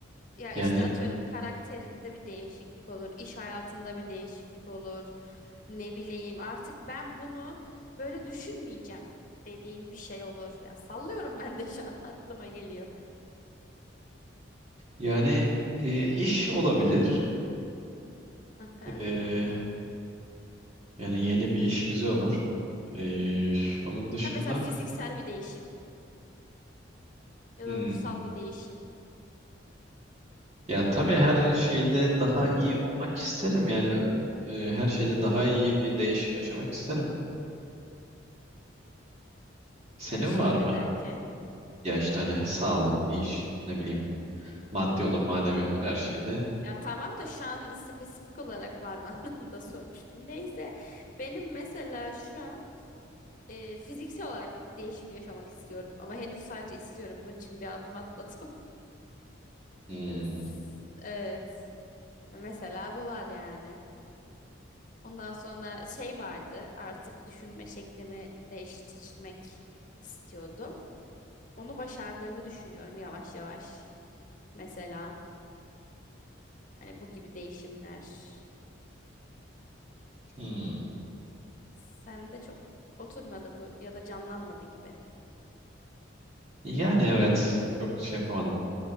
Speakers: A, on the left; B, on the right.
A: Ya
B: Yani
A: işte atıyorum karakterinde bir değişiklik olur, iş hayatında bir değişiklik olur. Ne bileyim artık ben bunu böyle düşünmeyeceğim dediğin bir şey olur. Ya sallıyorum <laughs> ben de şu an <laughs> aklıma geliyor.
B: yani e, iş olabilir.
A: Aha.
B: Ee, yani yeni bir iş güzel olur. Ee, onun dışında
A: Ha mesela fiziksel bir değişim ya
B: hmm,
A: da ruhsal bir değişim
B: ya tabii her şeyde daha iyi olmak isterim. Yani e, her şeyde daha iyi bir değişim yaşamak isterim. Senin
A: her şeyi
B: var mı?
A: de derken.
B: Ya işte hani sağlık, iş, ne bileyim Maddi olur, manevi olur her şeyde.
A: Ya tamam da şu an spesifik olarak var mı <laughs> anlamında sormuştum. Neyse benim mesela şu an e, fiziksel olarak bir değişim yaşamak istiyorum ama henüz sadece istiyorum. Bunun için bir adım atmadım.
B: Hmm,
A: Üf, Evet. Mesela bu var yani. Ondan sonra şey vardı. Artık düşünme şeklimi değiştirmek istiyordum. Onu başardığımı düşünüyorum yavaş yavaş. Mesela hani bu gibi değişimler.
B: hmm.
A: Sende çok oturmadı bu ya da canlanmadı gibi.
B: Yani evet. Çok şey yapamadım.